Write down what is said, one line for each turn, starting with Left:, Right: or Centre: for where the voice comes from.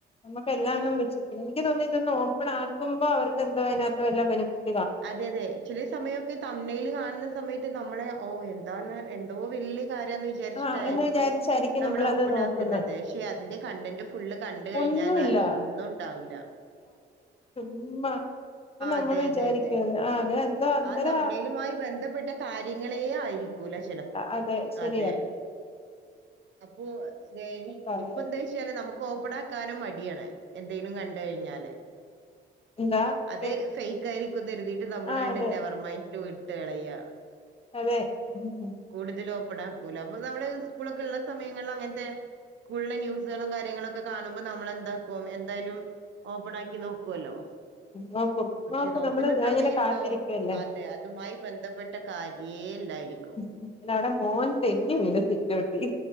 Left: നമുക്ക് എല്ലാം ഒന്നും വ <unintelligible> എനിക്ക് തോന്നുന്നു ഇതൊന്ന് ഓപ്പൺ ആക്കുമ്പോ അവർ ക്ക് എന്തോ അതിനകത്ത് വെല്ല ബെനഫിറ്റ്
Right: അതെ അതെ ചില സമയൊക്കെ തംനെയില് കാണുന്ന സമയത്ത് നമ്മളെ ഓഹ് എന്താണ് എന്തോ വല്യ വിജാരിച്ചിട്ടായിരിക്കും
Left: ആഹ് എന്ന് വിചാരിച്ചായിരിക്കും
Right: നമ്മളാ
Left: നമ്മളത്
Right: ഓപ്പണാക്ക്ന്നത്
Left: നോക്കുന്നത്
Right: പക്ഷെ അതിന്റെ കണ്ടന്റും ഫുള്ള്കണ്ട് കഴിഞ്ഞാലയിലൊന്നുണ്ടാവില്ല
Left: ഒന്നുമില്ല ഇമ്മ അപ്പൊ നമ്മള്
Right: അതെ
Left: വിചാരിക്കും
Right: അതെ അതെ
Left: ആഹ് അത് എന്തോ അന്നെര
Right: ആ തമ്മയിലുമായി ബന്ധപ്പെട്ട കാര്യങ്ങളേ ആയിരിക്കൂല ചെലപ്പൊ
Left: അതെ ശരിയാ
Right: അതെ അപ്പൊ വേ
Left: പറയാ
Right: ന്തേച്ചാല് നമുക്ക് ഓപ്പണാക്കാനും മടിയാണ് എന്തേലും കണ്ട് കഴിഞ്ഞാല്
Left: എന്താ
Right: അത്
Left: കേ
Right: ഫെയ്ക്ക ആയി കരുതീട്ട് നമ്മളണ്ട്
Left: ആ അതെ
Right: നെവർ മൈന്റില് വിട്ട് കളയ
Left: അതെ ഉം
Right: കൂടുതല് ഓപ്പണാക്കൂല അപ്പൊ നമ്മള് സ്കൂളൊക്കെള്ള സമയങ്ങളിലങ്ങൻത്തെ സ്കൂളിലെ ന്യൂസ്കളും കാര്യങ്ങളൊക്കെ കാണുമ്പൊ നമ്മളെന്താക്കും എന്തായാലും ഓപ്പണാക്കി നോക്ക ല്ലോ
Left: നോക്കും
Right: പക്ഷെ
Left: നോക്കും
Right: നോക്ക്ന്ന
Left: നമ്മള് ഞാനിങ്ങനെ
Right: സമയത്തോ
Left: കാത്തിരിക്കുവല്ലേ
Right: അതെ അതുമായി ബന്ധപ്പെട്ട കാര്യേല്ലായിരിക്കും
Left: ല്ലവടെ മോൻ തെന്നി വീണ് സിറ്റൗട്ടിൽ